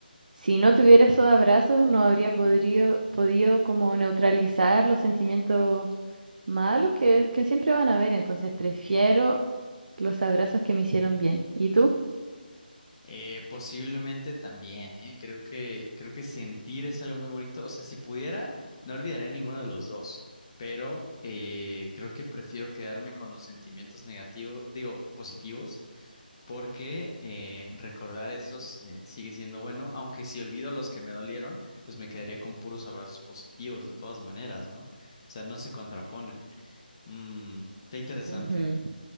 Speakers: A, on the right (about 55°); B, on the left (about 30°).
A: si no tuviera esos abrazos no habría podrido- podido como neutralizar los sentimientos malos que, que siempre van a haber, entonces prefiero los abrazos que me hicieron bien. ¿Y tú?
B: Eh, posiblemente también, ¿eh? Creo que, creo que sentir es algo muy bonito. O sea, si pudiera, no olvidaría ninguno de los dos, pero eh, creo que prefiero quedarme con los sentimientos negativos, digo, positivos, porque eh, recordar esos eh, sigue siendo bueno, aunque si olvido los que me dolieron, pues me quedaría con puros abrazos positivos de todas maneras, ¿no? O sea, no se contraponen. Mm, está interesante.
A: Ujú.